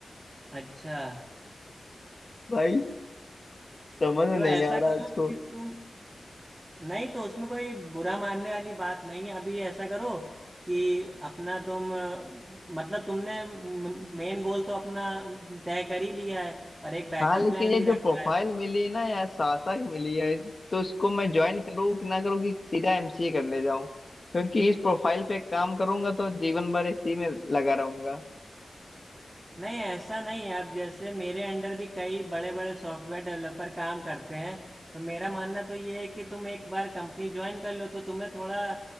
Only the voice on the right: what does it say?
अच्छा
तो
ऐसा
करो
कि तुम नहीं तो उसमें कोई बुरा मानने वाली बात नहीं है अभी ऐसा करो कि अपना तुम अ, मतलब तुमने मेन गोल तो अपना तय कर ही लिया है और एक बैकअप
प्लान
भी
रखा
है
नहीं ऐसा नहीं है अब जैसे मेरे अंडर भी कई बड़े बड़े सॉफ्टवेयर डेवलपर काम करते हैं तो मेरा मानना तो ये है कि तुम एक बार कंपनी ज्वाइन कर लो तो तुम्हें थोड़ा